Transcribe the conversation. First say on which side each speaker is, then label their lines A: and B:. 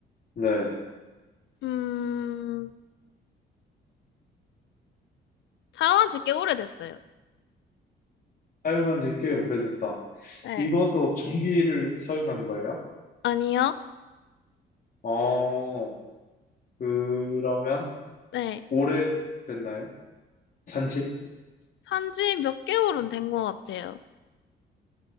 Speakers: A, on the left; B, on the left.
A: 네,
B: 음, 사용한 지 꽤 오래됐어요.
A: 사용한 지 꽤 오래됐다.
B: 네.
A: 이것도 전기를 사용하는 거예요?
B: 아니요.
A: 어, 그러면
B: 네.
A: 오래됐나요? 산지?
B: 산 지 몇 개월은 된 것 같아요.